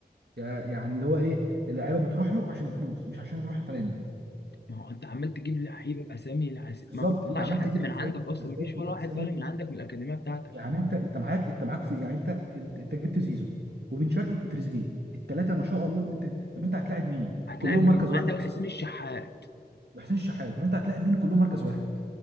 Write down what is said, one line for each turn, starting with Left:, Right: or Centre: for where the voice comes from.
Right: يع- يعني اللي هو ايه اللعيبه بتروح له عشان الفلوس مش عشان يروح الفلانه
Left: ما هو انت عمال تجيب لعيبه باسامي العز...
Right: بالظبط
Left: ما بتطلعش
Right: انت عمال
Left: حد
Right: تجيب
Left: من
Right: اسامي
Left: عندك اصلا
Right: اسامي
Left: ما فيش ولا واحد
Right: اسامي
Left: طالع من عندك من الاكاديميه بتاعتك
Right: يعني انت انت معاك انت معاك في يعني انت انت انت جبت زيزو وبن شرقي وتريزيجيه الثلاثه ما شاء الله انت انت- طب انت هتلاعب مين؟
Left: هتلاعب
Right: كلهم
Left: مين؟
Right: مركز
Left: وعندك
Right: واحد
Left: حسين الشحات
Right: وحسين الشحات طب انت هتلاعب مين كلهم مركز واحد؟